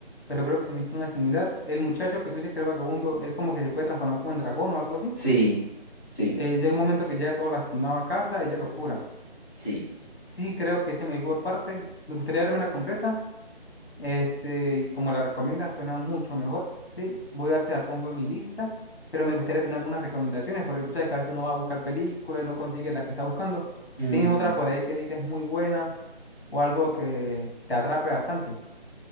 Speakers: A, on the left (about 60°); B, on the left (about 20°).
A: pero creo que se me hizo una similar. El muchacho que tú dices que el vagabundo, él como que se puede transformar como en dragón o algo así,
B: Sí, sí,
A: que llega un momento
B: sí.
A: que llega todo lastimado a casa, ella lo cura.
B: sí.
A: Sí, creo que se me vi por partes. Me gustaría verme la completa, Este, y como la recomienda, suena mucho mejor. Sí, voy a ver si la pongo en mi lista, pero me gustaría tener algunas recomendaciones, porque tú sabes que a veces uno va a buscar películas y no consigue la que está buscando.
B: Ujú.
A: ¿Tienes otra por ahí que digas muy buena o algo que te atrape bastante?